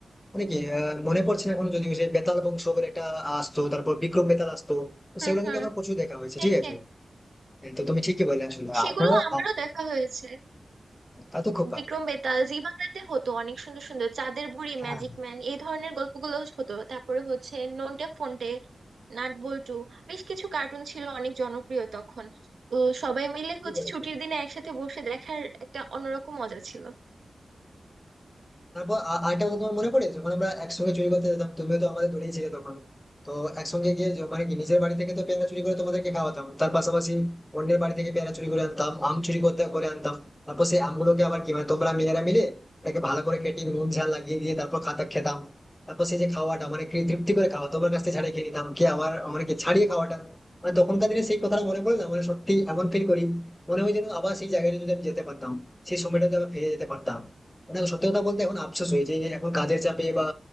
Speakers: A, on the left; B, on the right.
A: মানে কি আহ, মনে পড়ছে না এখন যদি সেই বেতাল বংশ বলে একটা আসতো তারপর বিক্রম বেতাল আসতো তো
B: হুম
A: সেগুলো কিন্তু
B: হুম
A: আমার প্রচুর দেখা হয়েছে
B: হ্যাঁ
A: ঠিক
B: হ্যাঁ
A: আছে হ্যাঁ, তো তুমি ঠিকই বললে আসলে
B: সেগুলো
A: আর তাছাড়া
B: আমারও দেখা হয়েছে
A: আহ, তা তো খোকা
B: বিক্রম বেতাল জি বাংলাতে হতো অনেক সুন্দর সুন্দর চাঁদের বুড়ি
A: হ্যাঁ
B: ম্যাজিক ম্যান এই ধরনের গল্পগুলো হতো তারপরে হচ্ছে নন্টে ফন্টে নাট বল্টু বেশ কিছু কার্টুন ছিল অনেক জনপ্রিয় তখন তো সবাই মিলে
A: ঠিক
B: হচ্ছে
A: বলেছো
B: ছুটির দিনে একসাথে বসে দেখার একটা অন্যরকম মজা ছিল
A: তারপর আ- আরেকটা কথা তোমার মনে পড়ে যখন আমরা একসঙ্গে চুরি করতে যেতাম তুমিও তো আমাদের দড়িয়ে ছিলে তখন তো একসঙ্গে গিয়ে য- মানে কি নিজের বাড়ি থেকে তো পেয়ারা চুরি করে তোমাদেরকে খাওয়াতাম তার পাশাপাশি অন্যের বাড়ি থেকে পেয়ারা চুরি করে আনতাম আম চুরি করতে করে আনতাম তারপর সেই আমগুলোকে আবার কি মানে তোমরা মেয়েরা মিলে তাকে ভালো করে কেটে নুন ঝাল লাগিয়ে দিয়ে তারপর খাতা খেতাম তারপর সেই যে খাওয়াটা মানে কি তৃপ্তি করে খাওয়া তোমার কাছ থেকে ছাড়িয়ে খেয়ে নিতাম কি আমার মানে কি ছাড়িয়ে খাওয়াটা মানে তখনকার দিনে সেই কথাটা মনে পড়ে না মানে সত্যি এমন ফিল করি মনে হয় যেন আবার সেই জায়গাটা যদি আমি যেতে পারতাম সেই সময়টাতে আবার ফিরে যেতে পারতাম মানে দেখো সত্যি কথা বলতে এখন আফসোস হয়েছে যে এখন কাজের চাপে বা